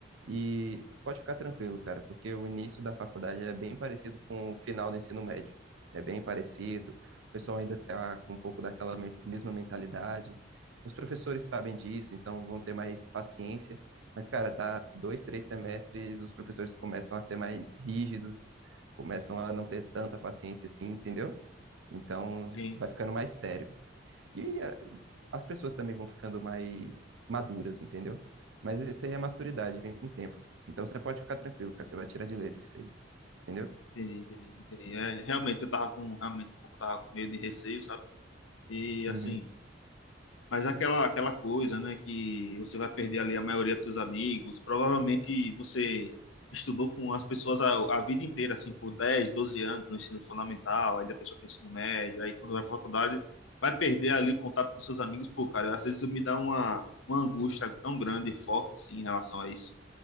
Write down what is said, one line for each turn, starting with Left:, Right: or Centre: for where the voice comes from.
Right: E pode ficar tranquilo, cara, porque o início da faculdade é bem parecido com o final do ensino médio. É bem parecido. O pessoal ainda está com um pouco daquela me- mesma mentalidade. Os professores sabem disso, então vão ter mais paciência. Mas, cara, dá dois, três semestres, os professores começam a ser mais rígidos, começam a não ter tanta paciência assim, entendeu? Então,
Left: Sim,
Right: vai ficando mais sério. E as pessoas também vão ficando mais maduras, entendeu? Mas isso aí é maturidade, vem com o tempo. Então você pode ficar tranquilo, cara, você vai tirar de letra isso aí, entendeu?
Left: entendi, entendi, entendi. É, realmente eu tava com, realmente um pouco tava com medo de receio, sabe? E
Right: Uhum.
Left: assim, Mas aquela, aquela coisa, né, que você vai perder ali a maioria dos seus amigos, provavelmente você estudou com as pessoas a, a vida inteira, assim, por 10 12 anos no ensino fundamental, aí depois foi pro ensino médio, aí quando vai pra faculdade, vai perder ali o contato com seus amigos, pô, cara, às vezes me dá uma, uma angústia tão grande e forte, assim, em relação a isso.